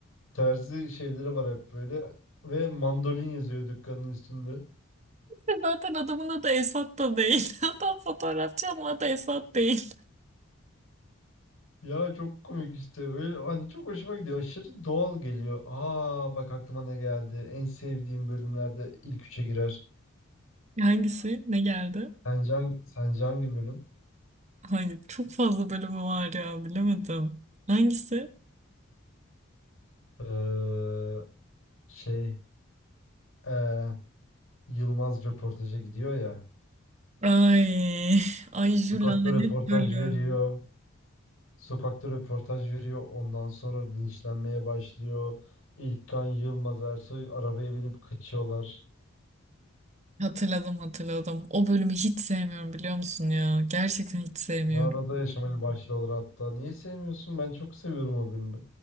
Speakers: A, on the left; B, on the right.
A: Terzi şeyleri var hep böyle. Ve mandolin yazıyor dükkanın üstünde.
B: E, Zaten adamın adı Esat da değil. <laughs> Adam fotoğrafçı ama adı Esat değil.
A: Ya çok komik işte. Öyle, hani çok hoşuma gidiyor. Aşırı doğal geliyor. Aa bak aklıma ne geldi. En sevdiğim bölümlerde ilk üçe girer.
B: Hangisi? Ne geldi?
A: Sence, hang- sence hangi bölüm?
B: Hangi? Çok fazla bölümü var ya bilemedim. Hangisi?
A: Ee, şey ee, Yılmaz röportaja gidiyor ya.
B: Ay, ay şu
A: Sokakta
B: lanet
A: röportaj
B: bölüm.
A: veriyor. Sokakta röportaj veriyor. Ondan sonra linçlenmeye başlıyor. İlkan Yılmaz Ersoy arabaya binip kaçıyorlar.
B: Hatırladım hatırladım. O bölümü hiç sevmiyorum biliyor musun ya? Gerçekten hiç sevmiyorum.
A: Mağarada yaşamaya başlıyorlar hatta. Niye sevmiyorsun? Ben çok seviyorum o filmi.